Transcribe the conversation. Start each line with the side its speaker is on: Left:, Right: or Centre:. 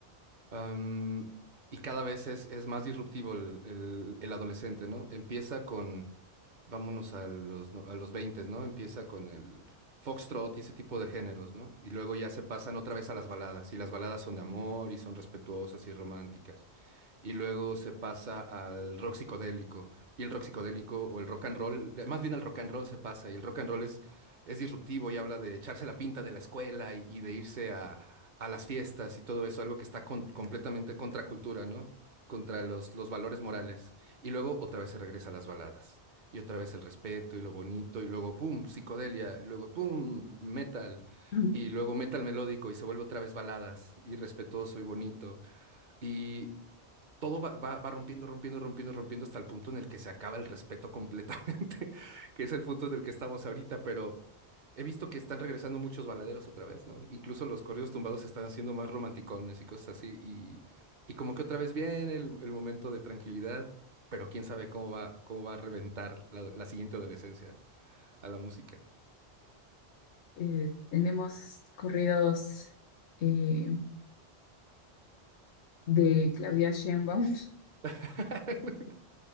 Right: Am, y cada vez es, es más disruptivo el, el- el adolescente, ¿no? Empieza con, vámonos a los, no- a los 20, ¿no? Empieza con el foxtrot y ese tipo de géneros, ¿no? Y luego ya se pasan otra vez a las baladas, y las baladas son de amor y son respetuosas y románticas y luego se pasa al rock psicodélico. Y el rock psicodélico o el rock and roll, eh, más bien al rock and roll se pasa, y el rock and roll es, es disruptivo y habla de echarse la pinta de la escuela y, y de irse a, a las fiestas y todo eso, algo que está con- completamente contra cultura, ¿no? Contra los, los valores morales. Y luego otra vez se regresa a las baladas. Y otra vez el respeto y lo bonito, y luego pum, psicodelia, y luego pum, metal,
Left: Mm.
Right: y luego metal melódico, y se vuelve otra vez baladas, y respetuoso y bonito. y todo va, va, va rompiendo, rompiendo, rompiendo, rompiendo hasta el punto en el que se acaba el respeto completamente, <laughs> que es el punto del que estamos ahorita, pero he visto que están regresando muchos baladeros otra vez, ¿no? Incluso los corridos tumbados se están haciendo más romanticones y cosas así, y, y como que otra vez viene el, el momento de tranquilidad, pero quién sabe cómo va, cómo va a reventar la, la siguiente adolescencia a la música.
Left: Eh, tenemos corridos eh, de Claudia Sheinbaum. <laughs>
Right: <laughs>